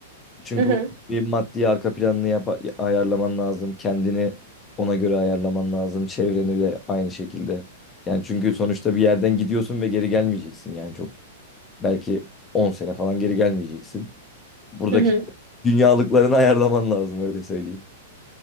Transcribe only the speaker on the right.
Hı hı.
Hı hı.